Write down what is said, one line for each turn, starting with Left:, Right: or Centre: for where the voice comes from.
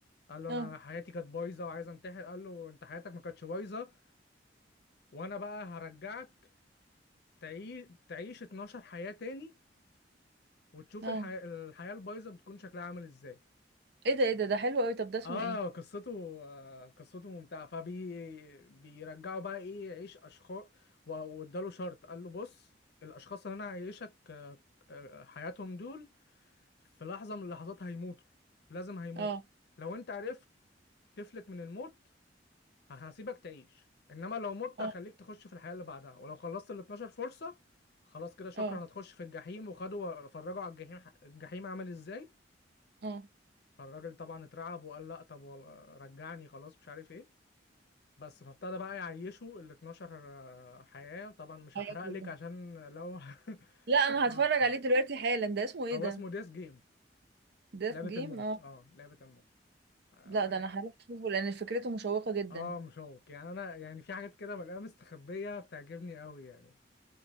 Left: قال له
Right: اه
Left: أنا حياتي كانت بايظة وعايز أنتحر قال له أنت حياتك ما كانتش بايظة وأنا بقى هرجعك تعيش تعيش 12 حياة تاني وتشوف
Right: اه
Left: الحياة الحياة البايظة بتكون شكلها عامل إزاي
Right: ايه ده ايه ده ده حلو قوي طب ده اسمه
Left: اه
Right: ايه
Left: قصته آه قصته ممتعه فبي بيرجعوا بقى ايه يعيش اشخاص واداله شرط قال له بص الاشخاص اللي انا هعيشك آه، آه، حياتهم دول في لحظه من اللحظات هيموتوا لازم هيموتوا
Right: اه
Left: لو انت عرفت تفلت من الموت هسيبك تعيش انما لو مت
Right: اه
Left: هخليك تخش في الحياه اللي بعدها ولو خلصت ال 12 فرصه خلاص كده شكرا
Right: اه
Left: هتخش في الجحيم وخدوا فرجوا على الجحيم الجحيم عامل ازاي
Right: اه
Left: فالراجل طبعا اترعب وقال لا طب وال- رجعني خلاص مش عارف ايه بس فابتدى بقى يعيشوا ال 12 آه، حياة طبعا مش
Right: هياكل
Left: هحرق لك
Right: ده
Left: عشان لو <laughs>
Right: لا انا
Left: لو
Right: هتفرج
Left: هتتفرج
Right: عليه دلوقتي حالا ده اسمه ايه
Left: هو
Right: ده
Left: اسمه ديس جيم
Right: ديث
Left: لعبة
Right: جيم
Left: الموت
Right: اه
Left: اه لعبة الموت اه
Right: لا ده انا هروح اشوفه لان فكرته مشوقة جدا
Left: آه، مشوق يعني انا يعني في حاجات كده بلاقيها مستخبية بتعجبني قوي يعني